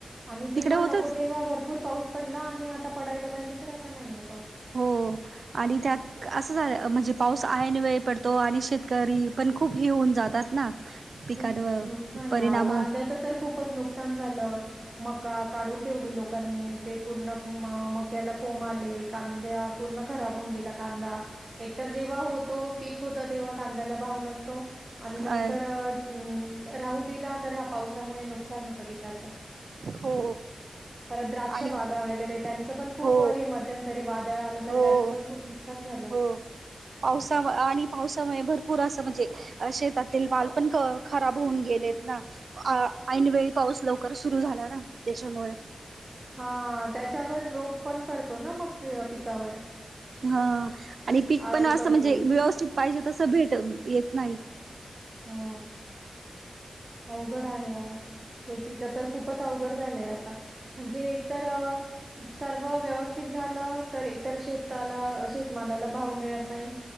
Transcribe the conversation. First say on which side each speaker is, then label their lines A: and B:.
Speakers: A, on the right (about 35°); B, on the right (about 80°).
A: आणि जेव्हा
B: तिकडे होतच
A: नको तेव्हा भरपूर पाऊस पडला आणि आता पडायला पाहिजे तर आता नाहीये पाऊस.
B: हो आणि त्यात असं झालं म्हणजे पाऊस आहे आणि वेळ पडतो आणि शेतकरी पण खूप हे होऊन जातात ना पिकांवर
A: खूप नुकसान
B: परिणाम
A: आहे कांद्याच तर खूपच नुकसान झालं मका काढून ठेवली लोकांनी ते पूर्ण म त्याला कोम आले कांद्या पूर्ण खराब होऊन गेला कांदा एक तर जेव्हा होतो पक होतं तेव्हा कांद्याला भाव नसत तो आणि नंतर
B: अ
A: ह राहू दिला तर पावसामुळे नुकसान होतं पिकाचं
B: हो
A: परत द्राक्ष
B: आणि
A: बागा वगैरे त्यांचं पण खूप
B: हो
A: हे मध्यंतरी वादळ आलं तर
B: हो
A: त्याचं पण खूप नुकसान झालं
B: हो पावसा आणि पावसामुळे भरपूर असं म्हणजे अ शेतातील वाल पण खराब होऊन गेलेत ना? ऐनवेळी पाऊस लवकर सुरू झाला ना? त्याच्यामुळे.
A: हा- त्याच्यावर रोग- पण पडतो ना मग पिकावर.
B: हा आणि पीक
A: आळाई
B: पण असं
A: पडते
B: म्हणजे व्यवस्थित पाहिजे तसं भेट- येत नाही.
A: हो -अवघड आहे अहो. श- तिचं तर खूपच अवघड झालंय आता. म्हणजे एक तर- सर्व व्यवस्थित झालं तर, एकतर शेताला, शेतमालाला भाव मिळत नाही-